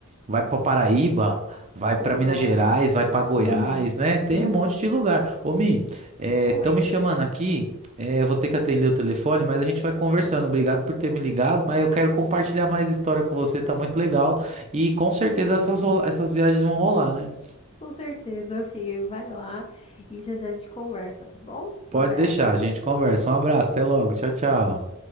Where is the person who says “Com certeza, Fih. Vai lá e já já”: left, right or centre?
Left